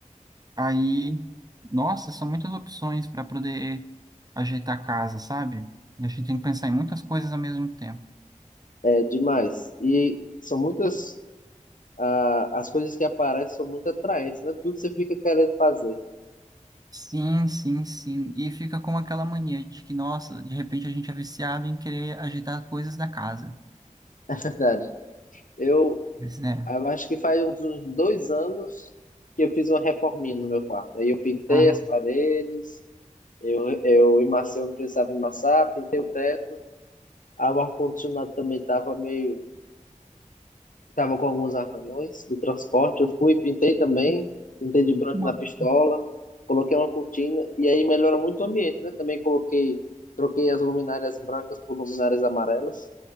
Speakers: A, on the right (about 30°); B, on the left (about 80°).
A: Aí, nossa, são muitas opções para poder ajeitar a casa, sabe? A gente tem que pensar em muitas coisas ao mesmo tempo.
B: É demais. E são muitas. ah, as coisas que aparecem são muito atraentes, né? Tudo você fica querendo fazer,
A: Sim, sim, sim. E fica com aquela mania de que, nossa, de repente a gente é viciado em querer ajeitar coisas da casa.
B: <laughs> verdade. Eu,
A: Isso, né?
B: Eu acho que faz uns dois anos que eu fiz uma reforminha no meu quarto. Aí eu pintei
A: Aham.
B: as paredes, eu, eu emaciei onde precisava emassar, pintei o teto. Aí o ar-condicionado também estava meio... Estava com alguns arranhões do transporte. Eu fui, pintei também, pintei de branco
A: Muito massa.
B: na pistola, coloquei uma cortina e aí melhora muito o ambiente, né? Também coloquei, troquei as luminárias brancas por luminárias amarelas,